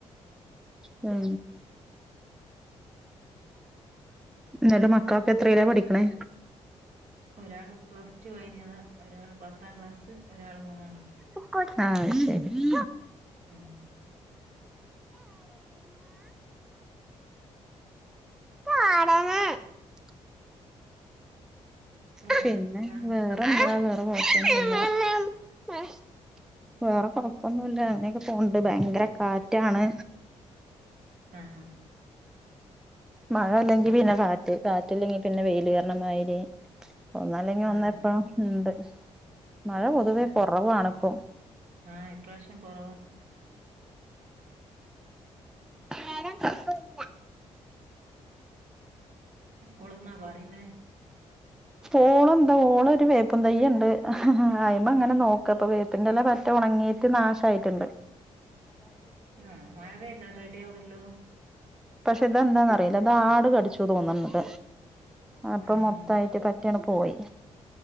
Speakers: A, in the centre; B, on the right.
A: ഉം എന്നിട്ട് മക്കളൊക്കെ എത്രയിലാ പഠിക്കണേ
B: ഒരാള് പ്ലസ് ടു കഴിഞ്ഞതാ ഒരാൾ പത്താം ക്ലാസ് ഒരാള് മൂന്നാം ക്ലാസ്
A: ഉ ആ അത് ശെരി
B: ഉം
A: ആ ആടങ്ങ് <unintelligible>
B: വേറെന്തല്ലാ
A: പിന്നെ വേറെഎന്താ <inaudible> വേറെ കൊ <unintelligible> ഒന്നും ഇല്ല അങ്ങനെയൊക്കെ പോവണ്ട് ഭയങ്കര കാറ്റാണ്
B: ആ ആ
A: മഴ അല്ലെങ്കി പിന്നെ കാറ്റ് കാറ്റ്ല്ലെങ്കി പിന്നെ വെൽ കരണ <unintelligible> മാര് ഒന്നു അല്ലെങ്കിൽ
B: അതന്നെ
A: ഒന്ന എപ്പ ഉണ്ട് മഴ പൊതുവേ
B: അതന്നെ
A: കുറവാണ് ഇപ്പൊ
B: ആഹ് ഇപ്രാവശ്യം കൊറവാ
A: ഞ <unintelligible> ര കുഴപ്പല്ല
B: ഓളെന്ന പറയുരുന്നേ
A: ഓള് ഉണ്ട് ഓള് ഒരു വേപ്പ തൈ്യുണ്ട് ഇപ്പൊ അങ്ങനെ നോക്കത്തും വേപ്പിന്റ ഇല - ഉണങ്ങിട്ട് നാശമായിട്ടുണ്ട്
B: ആ മഴ പെയ്യതാ റെഡി ആവുല്ലോ
A: പക്ഷെ ഇതെന്താന്നറിയില്ല ഇത് ആട് കടിച്ചു തോന്നണത് അപ്പൊ
B: ആഹ്
A: മൊത്തായിട്ട്
B: ആഹ്
A: ക പോയി